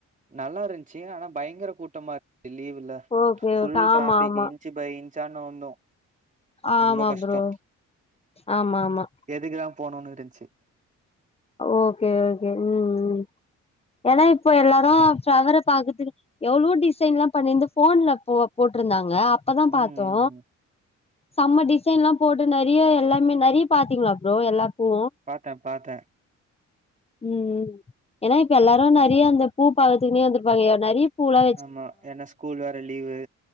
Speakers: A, on the right (about 25°); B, on the left (about 20°).
A: நல்லா இருந்துச்சு ஆனா பயங்கர கூட்டமா இருந்து லீவுல
B: ஓகே
A: ஃபுல்
B: ஓகே ஆமா
A: டிராபிக்
B: ஆமா
A: இன்ச்சு பை இன்ச்சான் நவுந்தோ
B: ஆமா
A: ரொம்ப கஷ்ட
B: ப்ரோ ஆமா ஆமா
A: எதுக்குதா போணும்ன்னு இருந்துச்சு
B: ஓகே ஓகே ம் ம் ஏன்னா இப்போ எல்லாரு பிளவர பாக்கறதுக்கு எவ்ளோ டிசைன்ல்லா பண்ணிருந்து போன்ல போ போட்டிருந்தாங்க அப்பதா பாத்தோ
A: ம் ம் ம்
B: செம்ம டிசைன்ல்லா போட்டு நறைய எல்லாருமே நறைய பாத்தீங்களா ப்ரோ எல்லாக்கோ
A: பாத்தே பாத்தே
B: ம் ம் ஏனா இப்ப எல்லாரு நெறைய அந்த பூ பாக்கத்துக்குன்னே வந்திருப்பாங்க நெறைய பூலா
A: ஆமா ஏனா ஸ்கூல் வேற லீவு